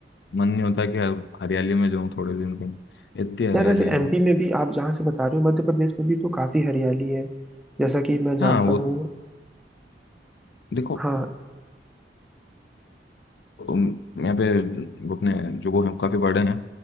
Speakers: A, on the left (about 65°); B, in the centre.
A: मन नहीं होता कि अब हरियाली में जाऊँ थोड़े दिन के लिए। इतनी हरियाली
B: यार वैसे
A: है
B: एमपी में भी आप जहाँ से बता रहे हो मध्य प्रदेश में भी तो काफी हरियाली है जैसा कि मैं
A: हाँ
B: जानता
A: वो
B: हूँ
A: देखो
B: हाँ
A: उम, यहाँ पे वो अपने जो वो हैं काफ़ी बड़े हैं